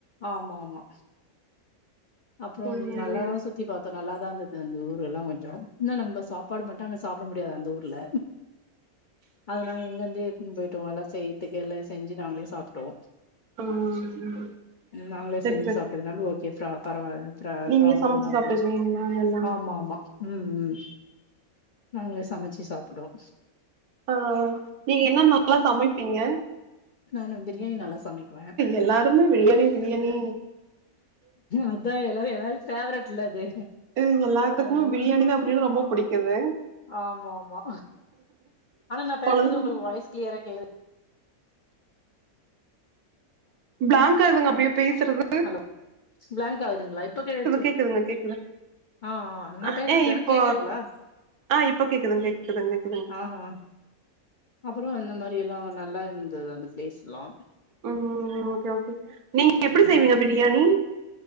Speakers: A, on the left; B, on the right.
A: ஆமா ஆமா அப்றோம்
B: ம்
A: நல்லாதா சுத்தி பாத் இப்ப நல்லாதா இந்தது அந்த ஊர் எல்லா கொஞ்சோ என்ன நம்ம சாப்பாடு மட்டு சாப்புட முடியாது அந்த ஊர்ல அது நாங்க இங்க இருந்தே எடுதுன்னு போயிட்டோ எல்லா செய்யதுக்க எல்லா செஞ்சு நாங்களே சாப்டோ
B: ம்
A: நாங்களே
B: சரி
A: செஞ்சு
B: சரி
A: சாப்ட்டதுனாலு ஓகே ஃப்ரா பரவாழ ப்ரா
B: நீங்களே
A: பிராப்ளம்
B: சமைச்சு
A: நடந்துச்சி
B: சாப்ட்டுக்குவீங்களா எல்லா
A: ம் ம் நாங்களே சமச்சு சாப்புடுவோ
B: ஓ நீங்க என்ன நல்லா சமைப்பீங்க
A: நானா பிரியாணி நல்லா சமைக்குவே
B: எல்லாருமே பிரியாணி பிரியாணி
A: அதா எல்லாரு எல்லாருக் ஃபேவரெட்ல அது
B: இங்க எல்லாத்துக்கும்
A: அதனால
B: பிரியாணி தா அப்டின் ரொம்ப புடிக்குங்க
A: ஆமா ஆமா ஆனா நா
B: கொழந்
A: பேசற்து உங்களுக்கு வாய்ஸ் கிளியரா கேக்
B: பிளாங்காகுதுங்க அப்டியே பேசற்து
A: ஹலோ பிளாங்க் ஆவுதுங்ளா இப்ப கேட்ச்ச
B: கேக்குதுங்க கேக்குது
A: ஆ ஆ நா
B: அஹ்,
A: பேசற்து
B: ஏ
A: ஆனா
B: இப்போ
A: கேக்குதுங்ளா
B: ஆ இப்ப கேக்குதுங்க கேக்குதுங்க
A: ஆ ஆ அப்பறம் அந்த மாரி எல்லா நல்லா இருந்தது அந்த பிளேஸ் எல்லா
B: ம் ஓகே ஓகே நீங்க
A: ம்
B: எப்டி செய்வீங்க பிரியாணி